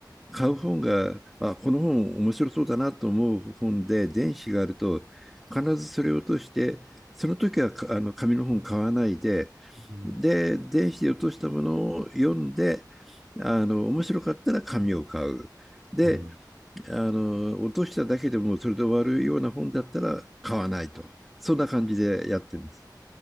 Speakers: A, in the centre; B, on the right (about 50°).
A: 買う本が、あ、この本面白そうだなと思う本で、電子があると、必ずそれを落として、その時はかあの紙の本買わないで、
B: うん
A: で、電子で落としたものを読んで、あの、面白かったら紙を買う。で、
B: うん
A: あの、落としただけでもそれで終わるような本だったら買わないと。そんな感じでやってます。